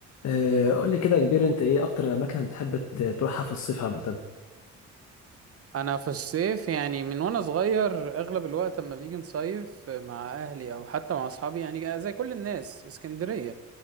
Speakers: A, on the left; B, on the right.
A: آه، قول لي كده يا كبير انت ايه اكتر الاماكن بتحب ت- تروحها في الصيف عامه
B: انا في الصيف يعني من وانا صغير اغلب الوقت اما بنيجي نصيف مع اهلي او حتى مع اصحابي يعني زي كل الناس اسكندرية